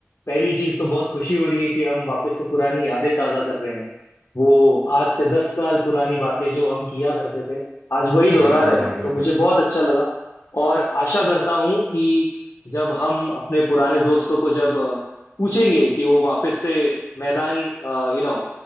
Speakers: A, on the left; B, on the right.
A: पहली चीज तो बहुत खुशी हो रही है कि हम वापस से पुरानी यादें ताजा कर रहे हैं वो आज से दस साल पुरानी बातें जो हम किया करते थे आज वही दोहरा
B: बिल्कुल
A: रहे
B: भाई
A: हैं
B: बिल्कुल
A: तो मुझे बहुत अच्छा लगा और आशा करता हूं कि जब हम अपने पुराने दोस्तों को जब अ, पूछेंगे कि वो वापस से मैदान यू नो